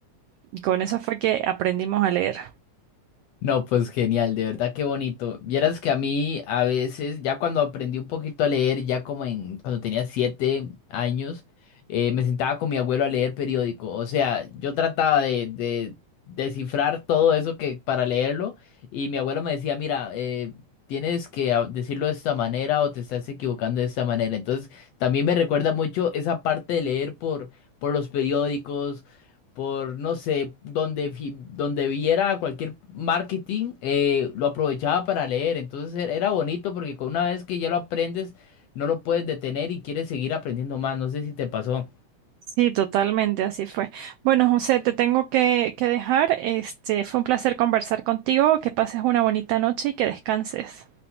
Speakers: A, on the right; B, on the left.
A: Y con eso fue que aprendimos a leer.
B: No, pues genial, de verdad qué bonito. Vieras que a mí a veces, ya cuando aprendí un poquito a leer, ya como en cuando tenía siete años, eh, me sentaba con mi abuelo a leer periódico. O sea, yo trataba de, de descifrar todo eso que para leerlo y mi abuelo me decía, mira, eh, tienes que a- decirlo de esta manera o te estás equivocando de esta manera. Entonces, también me recuerda mucho esa parte de leer por, por los periódicos por, no sé, donde, vi- donde viera cualquier marketing, eh, lo aprovechaba para leer. Entonces er- era bonito porque con una vez que ya lo aprendes, no lo puedes detener y quieres seguir aprendiendo más. No sé si te pasó.
A: Sí, totalmente, así fue. Bueno, José, te tengo que, que dejar. Este, fue un placer conversar contigo. Que pases una bonita noche y que descanses.